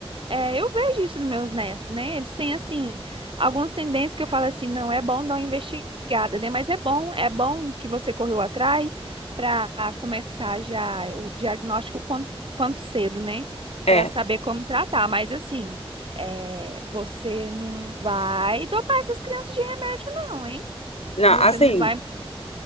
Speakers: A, on the right; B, on the left.
A: É, eu vejo isso nos meus netos, né? Eles têm, assim, algumas tendências que eu falo assim, não é bom dar uma investigada, né? Mas é bom, é bom que você correu atrás para começar já o diagnóstico quanto, quanto cedo, né?
B: É.
A: Para saber como tratar. Mas, assim, é, você não vai dopar essas crianças de remédio, não, hein?
B: Não,
A: Você
B: assim,
A: não vai.